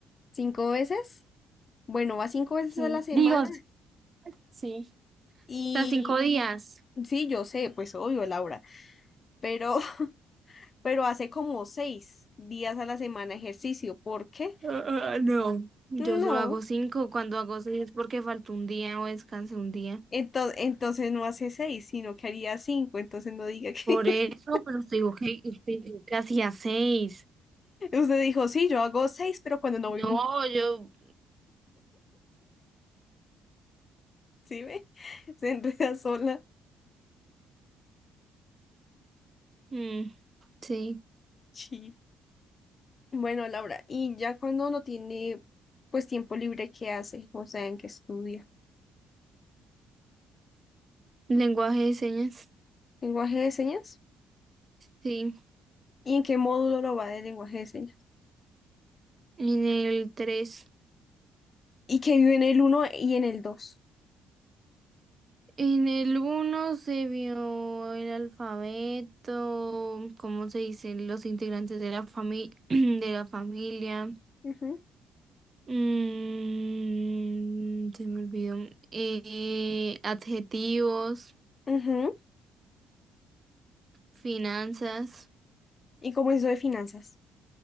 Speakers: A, on the left (about 35°); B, on the right (about 30°).
A: ¿Cinco veces? Bueno, va cinco veces
B: Sí.
A: a la semana.
B: Digo, <laughs> sí.
A: Y
B: O sea, cinco días.
A: Sí, yo sé, pues obvio, Laura, pero, <laughs> pero hace como seis días a la semana ejercicio. ¿Por qué?
B: Ah, ah, no. Yo
A: No.
B: solo hago cinco. Cuando hago seis es porque faltó un día o descansé un día.
A: Ento- Entonces, no hace seis, sino que haría cinco. Entonces no diga que
B: Por
A: <laughs>
B: eso, pero te digo que, te digo que hacía seis.
A: usted dijo, sí, yo hago seis, pero cuando no
B: No,
A: voy un...
B: yo.
A: ¿Sí ve? <laughs> Se enreda sola.
B: mm, sí.
A: Sí. Bueno, Laura, y ya cuando no tiene pues tiempo libre, ¿qué hace? O sea, ¿en qué estudia?
B: Lenguaje de señas.
A: ¿Lenguaje de señas?
B: Sí.
A: ¿Y en qué módulo lo va de lenguaje de señas?
B: En el tres.
A: Y que vive en el uno y en el dos.
B: En el uno se vio el alfabeto, cómo se dicen los integrantes de la familia, <clears throat> de la familia.
A: Ujú,
B: Mm, se me olvidó. Eh, adjetivos,
A: ujú.
B: finanzas,
A: Y como eso de finanzas.